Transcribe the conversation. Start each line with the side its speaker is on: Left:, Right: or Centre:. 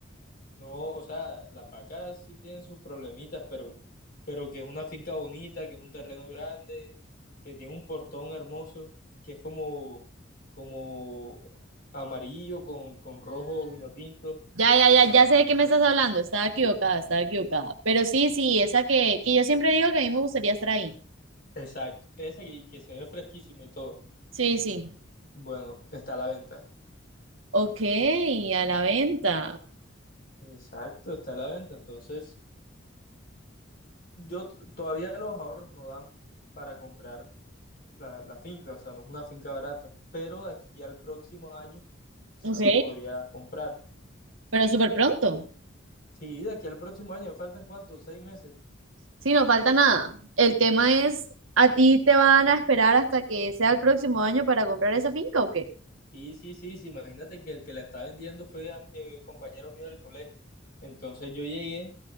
Left: No, o sea, las vacas sí tienen sus problemitas, pero, pero que es una finca bonita, que es un terreno grande, que tiene un portón hermoso, que es como, como amarillo con, con rojo vino tinto.
Right: Ya, ya, ya, ya sé de qué me estás hablando, estaba equivocada, estaba equivocada. Pero sí, sí, esa que, que yo siempre digo que a mí me gustaría estar ahí.
Left: Exacto, esa que, que se ve fresquísima y todo.
Right: Sí, sí.
Left: Bueno, está a la venta.
Right: Ok, a la venta.
Left: Exacto, está a la venta. Entonces, yo t- todavía los ahorros no dan para comprar la, la finca, o sea, no es una finca barata, pero de aquí al próximo año sí
Right: Ok.
Left: se podría comprar.
Right: Pero súper pronto.
Left: Sí, de aquí al próximo año, ¿faltan cuántos? ¿Seis meses?
Right: Sí, no falta nada. El tema es, ¿a ti te van a esperar hasta que sea el próximo año para comprar esa finca o qué?
Left: Sí, sí, sí, sí, imagínate que el que la está vendiendo fue am- eh, compañero mío del colegio. Entonces yo llegué